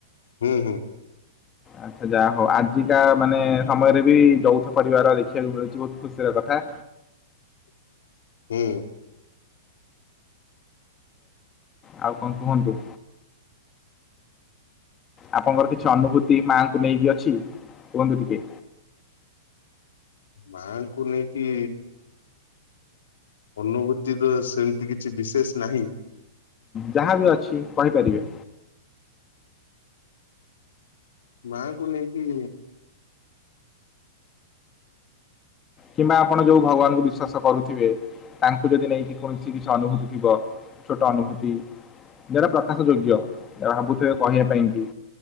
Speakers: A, on the left; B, on the left.
A: ହୁଁ ହୁଁ।
B: ଆଚ୍ଛା ଯାହା ହଉ। ଆଜିକା ମାନେ ସମୟରେ ବି ଯୌଥ ପରିବାର ଦେଖିବାକୁ ମିଳୁଚି ବହୁତ ଖୁସିର କଥା।
A: ହୁଁ।
B: ଆଉ କଣ କୁହନ୍ତୁ? ଆପଣଙ୍କର କିଛି ଅନୁଭୂତି ମାଙ୍କୁ ନେଇକି ଅଛି? କୁହନ୍ତୁ ଟିକେ।
A: ମାଙ୍କୁ ନେଇକି ଅନୁଭୂତି ତ ସେମିତି କିଛି ବିଶେଷ ନାହିଁ।
B: ଯାହା ବି ଅଛି କହିପାରିବେ।
A: ମା ଙ୍କୁ ନେଇକି
B: କିମ୍ବା ଆପଣ ଯୋଉ ଭଗବାନଙ୍କୁ ବିଶ୍ଵାସ କରୁଥିବେ, ତାଙ୍କୁ ଯଦି ନେଇକି କୌଣସି କିଛି ଅନୁଭୂତି ଥିବ ଛୋଟ ଅନୁଭୂତି ଯଉଟା ପ୍ରକାଶ ଯୋଗ୍ୟ। ଭାବୁଥିବେ, କହିବା ପାଇଁ କି